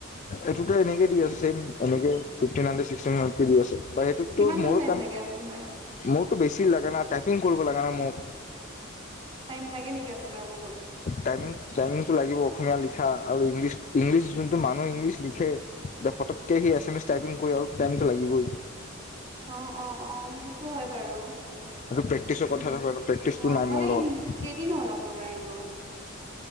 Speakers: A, on the left; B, on the right.
A: এইটোতো এনেকে দি আছে চছেম এনেকেফটিন হাণ্ড্ৰেড ছিক্টিন হাণ্ড্ৰেড কে দি আছে। বা সেইটোতো
B: কিমান মান
A: মোৰ
B: টাইম
A: কাম
B: লাগে আপোনাৰ
A: মোৰ <unintelligible> বেছি লাগে ন! ট্ৰেকিং কৰিবৰ লাগে ণ মই
B: টাইম লাগে নেকি আপোনাৰ বহুত?
A: টাইমিং টাইমিংটো লাগিব অসমীয়া লিখা আৰু ইংলিছ ইংলিছ যোনটো মানুহে ইংলিছ লিখে পতককে সি এছ এম এছ টাইপিং কৰি অলপ টাইমতটো লাগিবই।
B: অ অ অ সেইটো হয় বাৰু।
A: টো প্ৰেক্টিচৰ কথা
B: মো-
A: নয় প্ৰেক্টিচটো
B: অ
A: নাই
B: মানে
A: মোৰ লগত।
B: ইম- কেইদিন হ'ল আপোনাৰ এইটো